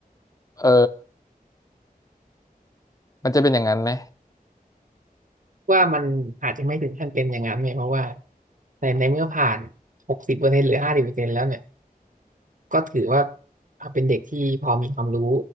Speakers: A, on the left (about 25°); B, on the right (about 60°).
A: เออมันจะเป็นอย่างนั้นไหม
B: ว่ามันอาจจะไม่ถึงขั้นเป็นอย่างนั้นเนี่ยเพราะว่าในในเมื่อผ่านหกสิบเปอร์เซ็นต์หรือห้าสิบเปอร์เซ็นต์แล้วเนี่ยก็ถือว่าเป็นเด็กที่พอมีความรู้